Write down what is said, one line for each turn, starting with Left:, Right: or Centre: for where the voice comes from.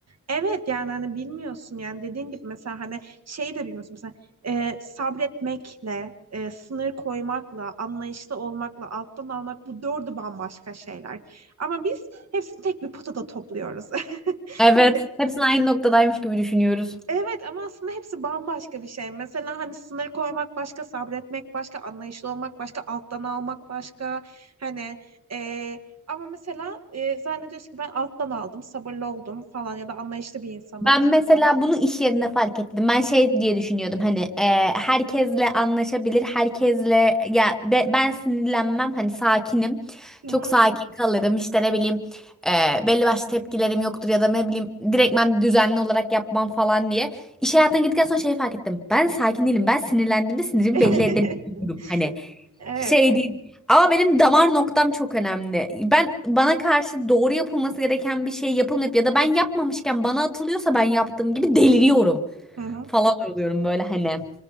Right: Evet yani hani bilmiyorsun yani dediğin gibi mesela hani şey de bilmiyorsun mesela e, sabretmekle, e, sınır koymakla, anlayışlı olmakla, alttan almak bu dördü bambaşka şeyler. Ama biz hepsini tek bir potada topluyoruz. <laughs>
Centre: Evet.
Right: Hani
Centre: Hepsini aynı noktadaymış gibi düşünüyoruz.
Right: Evet ama aslında hepsi bambaşka bir şey. Mesela hani sınır koymak başka, sabretmek başka, anlayışlı olmak başka, alttan almak başka. Hani eee, ama mesela eee zannediyorsun ki ben alttan aldım, sabırlı oldum falan ya da anlayışlı bir insanım.
Centre: Ben mesela bunu iş yerinde fark ettim. Ben şey diye düşünüyordum hani e, herkesle anlaşabilir, herkesle ya be- ben sinirlenmem hani sakinim.
Right: Hı
Centre: Çok
Right: hı.
Centre: sakin kalırım işte ne bileyim e, belli başlı tepkilerim yoktur ya da ne bileyim direktmen düzenli olarak yapmam falan diye. İş hayatına gittikten sonra şeyi fark ettim. Ben sakin değilim. Ben sinirlendiğimde sinirimi
Right: <laughs>
Centre: belli edebiliyorum hani.
Right: Evet.
Centre: Şey değil. Ama benim damar noktam çok önemli. Ben bana karşı doğru yapılması gereken bir şey yapılmayıp ya da ben yapmamışken bana atılıyorsa ben yaptığım gibi deliriyorum
Right: Hı hı.
Centre: falan oluyorum böyle hani.